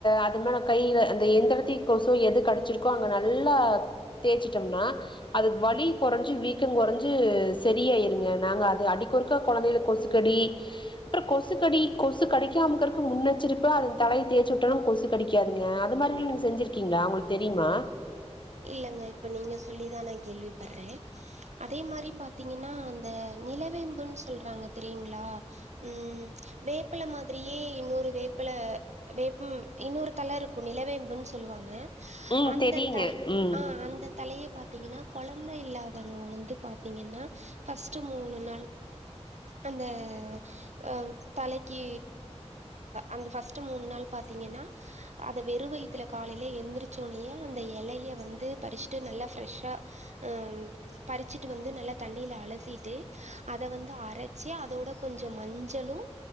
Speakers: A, on the left; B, on the right.
A: அது மேல கைய்ல அந்த எந்த எடத்தி ஸோ எது கடிச்சிருக்கோ அங்க நல்லா தேச்சிட்டோம்னா அது வழி கொறஞ்சு வீக்கொ கொறஞ்சு சரி ஆயிருங்க நாங்க அது அடிக்கொறுக்கா குழந்தைதுல கொசு கடி அப்றம் கொசு கடி கொசு கடிக்காமக்றதுக்கு முன்னெச்சரிப்பா அத தலய தேச்சு விட்டோம்னா கொசு கடிக்காதுங்க அது மாரி ல்லாம் நீங்க செஞ்சிருக்கீங்ளா உங்ளுக்கு தெரியுமா
B: இல்லங்க இப்ப நீங்க சொல்லிதா நா கேள்வி படுறேன் அதே மாரி பாத்தீங்கனா அந்த நிலவேம்புன்னு சொல்றாங்க தெரியுங்ளா ம் வேப்பல மாதிரியே இன்னொரு வேப்பல வேப்பும் இன்னொரு தல இருக்கும் நிலவேம்புன்னு சொல்லுவாங்க
A: ம்
B: அந்த
A: தெரியுங்க
B: தல்
A: ம்
B: ஆ அந்த தழைய பாத்தீங்கனா கொழந்த இல்லாதவங்க வந்து பாத்தீங்கனா பஸ்ட்டு மூணு நாள் அந்த அ தலைக்கு அந்த பஸ்ட்ட் மூணு நாள் பாத்தீங்கனா அத வெறு வய்த்துல காலைல எந்திரிச்சோனையே அந்த எலைய வந்து பறிச்சுட்டு நல்லா ஃப்ரெஷ்ஷா அ பறிச்சிட்டு வந்து நல்லா தண்ணியில அலசிட்டு அத வந்து அரச்சி அதோட கொஞ்சம் மஞ்சளு